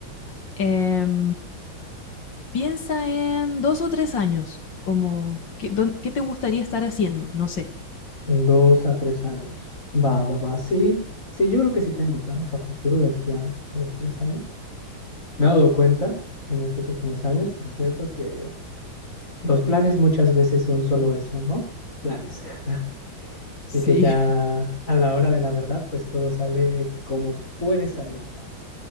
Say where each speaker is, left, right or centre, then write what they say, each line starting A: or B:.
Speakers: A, on the left; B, on the left.
A: Em, piensa en dos o tres años, como, ¿qué, dón- qué te gustaría estar haciendo? No sé.
B: dos a tres años. Va, va, va. Sí, sí, yo creo que sí tengo planes a futuro de aquí a, a los tres años. Me he dado cuenta en estos últimos años, por cierto, que los planes muchas veces son solo eso, ¿no? Planes. <laughs>
A: Sí.
B: y que ya a la hora de la verdad, pues todo sale como puede salir.